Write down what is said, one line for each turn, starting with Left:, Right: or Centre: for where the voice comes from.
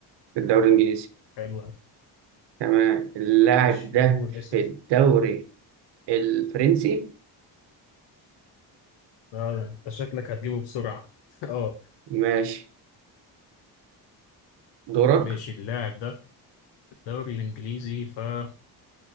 Right: في الدوري الإنجليزي
Left: حلو أوي.
Right: تمام اللاعب
Left: ماشي
Right: ده
Left: قول اسأل
Right: في الدوري الفرنسي
Left: لا ده انت شكلك هتجيبه بسرعة <laughs> اه
Right: ماشي دورك
Left: ماشي اللاعب ده في الدوري الانجليزي فاللاعب